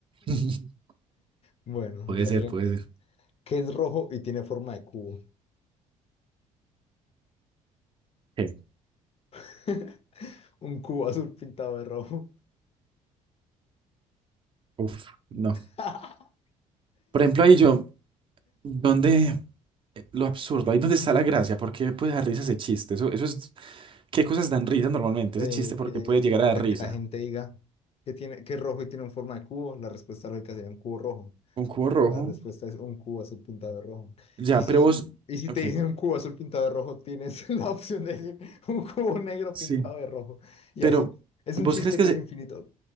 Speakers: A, on the right; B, on the left.
A: <laughs>
B: Bueno,
A: Puede
B: la
A: ser,
B: siguiente.
A: puede ser.
B: ¿Qué es rojo y tiene forma de cubo?
A: ¿Qué?
B: <laughs> Un cubo azul pintado de rojo.
A: Uf, no.
B: <laughs>
A: Por ejemplo, ahí yo, donde lo absurdo, ahí donde está la gracia, ¿por qué puede dar risa ese chiste? Eso, eso es, ¿qué cosas dan risa normalmente?
B: Eh,
A: Ese chiste, ¿por
B: ¿qué
A: qué puede llegar
B: se espera
A: a dar risa?
B: que la gente diga? que tiene, que es rojo y tiene una forma de cubo? La respuesta lógica sería un cubo rojo.
A: Un cubo rojo.
B: La respuesta es un cubo azul pintado de rojo.
A: Ya,
B: Y si,
A: pero vos.
B: y si
A: Ok.
B: te dicen un cubo azul pintado de rojo, tienes <laughs> la opción de decir un cubo negro
A: Sí.
B: pintado de rojo. Y
A: Pero,
B: así. Es
A: ¿vos
B: un chiste
A: crees que
B: que
A: se...
B: es infinito.